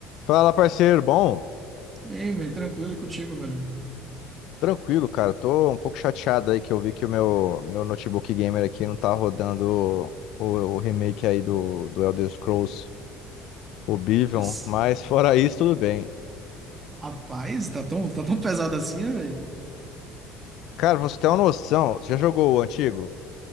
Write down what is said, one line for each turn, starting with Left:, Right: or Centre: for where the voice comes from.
Left: Fala, parceiro. Bom,
Right: E aí, man, tranquilo e contigo, velho?
Left: tranquilo, cara. Tô um pouco chateado aí que eu vi que o meu, meu notebook gamer aqui não tá rodando o, o remake aí do, do Elder Scrolls Oblivion,
Right: Esse-
Left: mas fora isso, tudo bem.
Right: Rapaz, tá tão, tá tão pesado assim, né, velho?
Left: Cara, pra você ter uma noção, você já jogou o antigo?